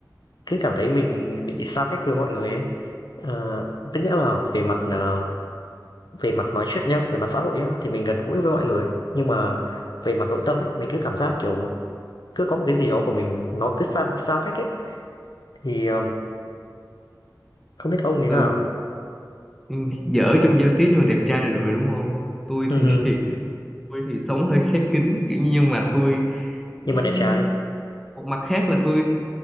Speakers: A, on the left (about 75°); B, in the centre.
A: cứ cảm thấy mình bị xa cách với mọi người ấy Ờ, tức nghĩa là về mặt ờ, về mặt nói chuyện nhá về mặt xã hội nhá thì mình gần gũi với mọi người nhưng mà về mặt nội tâm ấy mình cứ cảm giác kiểu một cứ có một cái gì đó của mình nó cứ xa bị xa cách ấy thì ờm, không biết ông thế nào
B: ừ ừm, dở trong giao tiếp nhưng mà đẹp trai là được rồi đúng không tôi
A: Ừ,
B: thì
A: ừ.
B: <laughs> tôi thì sống hơi khép kín kiểu như- nhưng mà tôi ừm,
A: nhưng mà đẹp trai
B: một mặt khác là tôi